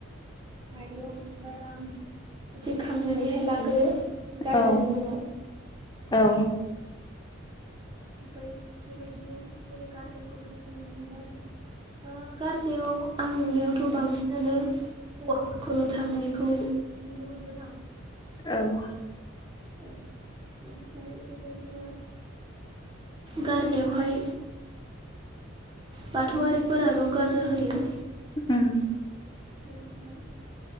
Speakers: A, on the right (about 20°); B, on the left (about 20°).
A: माइरं बा रां बिदि खांनानैहाय लागोरो गारजानि
B: औ
A: मुङाव
B: औ।
A: ओमफ्राय बेबायदिनो बिसोरो गारजाखौ होनायखौ नुनो मोनो आरो गारजायाव आं नुनायावथ' बांसिनानो हौवाफोरखौल' थांनायखौ नुनो मोनदों आरो
B: औ
A: औ ओमफाय बेबायदिनो गारजायावहाय बाथौआरिफोराल' गारजा होयो
B: ओम
A: धोरोमावहाय